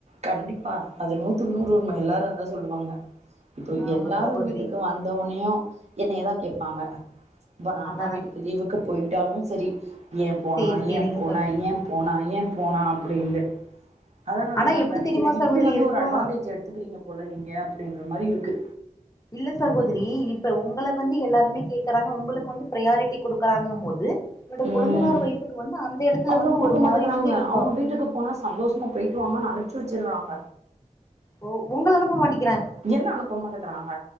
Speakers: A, on the right; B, on the left.
A: கண்டிப்பா அது நூத்துக்கு நூறு உண்மை எல்லாரும் அதான் சொல்லுவாங்க இப்போ
B: ஆமா
A: எல்லாரும்
B: சகோதரி
A: வீட்டுக்கு வந்தோனையும் என்னய தான் கேப்பாங்க இப்போ நான்
B: அதா
A: அம்மா
B: அதா
A: வீட்டுக்கு லீவுக்கு போயிட்டாலும் செரி ஏன் போனா
B: சேரி சேரிங்க
A: ஏன் போனா
B: சகோதரி
A: ஏன் போனா ஏ போனா அப்டின்னு அதா நா
B: ஆனா எப்டி
A: நெனைக்கிறே
B: தெரியுமா
A: இப்டி
B: சகோதரி
A: வந்து
B: இருக்கு
A: ஒரு அட்வான்டேஜ் எடுத்துக்கிறீங்க போல நீங்க அப்டின்ற மாரி இருக்கு
B: இல்ல சகோதரி இப்ப உங்க வந்து எல்லாருமே கேக்கறாங்க உங்களுக்கு வந்து பிரயாரிட்டி குடுக்கறாங்க போது என்னோட
A: ம்
B: கொழந்தனார் வைப்புக்கு வந்து அந்த இடத்துல
A: அவங்களுக்கு
B: வந்து
A: குடுக்க
B: ஒரு
A: மாட்டேக்கறாங்க
B: மாரி மட்டு இருக்கும்
A: அவங்க வீட்டுக்கு போனா சந்தோஷமா போயிட்டு வாங்கன்னு அனுப்ச்சி வச்சுறாங்க
B: ஓ உங்கள அனுப்ப மாட்டேங்
A: என்ன அனுப்ப மாட்டேக்கறாங்க